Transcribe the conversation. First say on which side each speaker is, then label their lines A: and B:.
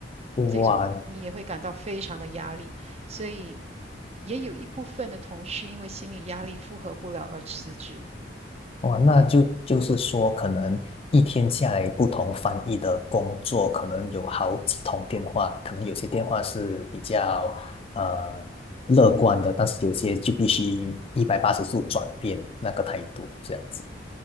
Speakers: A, on the left; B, on the right.
A: 哇
B: 这种你也会感到非常的压力，所以也有一部分的同事因为心理压力负荷不了而辞职。
A: 哇，那就就是说，可能一天下来，不同翻译的工作，可能有好几通电话，可能有些电话是比较呃乐观的，但是有些就必须一百八十度转变那个态度，这样子。